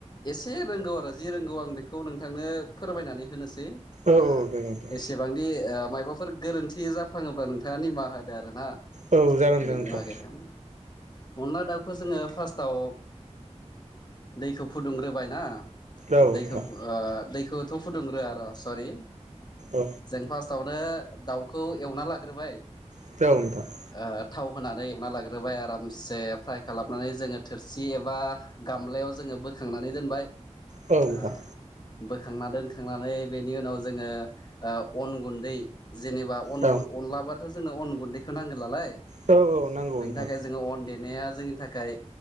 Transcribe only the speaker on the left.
एसे रोंगौ आरो जि रोंगौ आं बिखौ नोंथांनो फोरमायनानै होनोस सै
ओ
एसेबांदि ओ मायबाफोर गोरोन्थि जाफ्लाङोब्ला नोंथाङा निमाहा होदो आरो ना।
बेनि
बागै आम अनदला दाउखौ जोङो फास्टाव दैखौ फुदुंग्रोबाय ना।
दैखौ ओ दैखौथ' फुदुंग्रोआ र' सरि।
जों फास टावनो दाउखौ एवना लाग्रोबाय।
ओ थाव होनानै एवना लाग्रोबाय आरामसे फ्राय खालामनानै जोङो थोरसि एबा गामलायाव जोङो बोखांनानै दोनबाय।
ओ बोखांना दोनखांनानै बेनि उनाव जोङो ओ अन गुन्दै जेनेबा अन
अनलाबथ' जोंनो अन गुन्दैखौ नांगोन नालाय।
बेनि
थाखाय जोङो अन दे नाया जोंनि थाखाय